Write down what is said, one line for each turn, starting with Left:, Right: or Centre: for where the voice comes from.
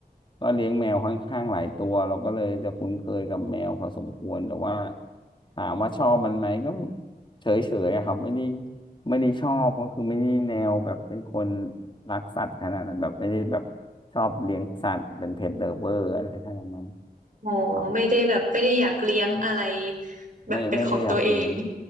Left: ก็เลี้ยงแมวค่อนข้างหลายตัวเราก็เลยจะคุ้นเคยกับแมวพอสมควรแต่ว่าถามว่าชอบมันไหมก็เฉยๆอะครับไม่ได้ไม่ได้ชอบก็คือไม่ได้แนวแบบเป็นคนรักสัตว์ขนาดนั้นแบบไม่ได้แบบชอบเลี้ยงสัตว์เป็นเพ t l เ v เวอร์อะไรขนาดนั้น
Right: อ๋อไม่ได้แบบไม่ได้อยากเลี้ยงอะไร
Left: ครับ
Right: แบบเป็นของตัวเอง
Left: ไม่ไม่ได้อยากเลี้ยง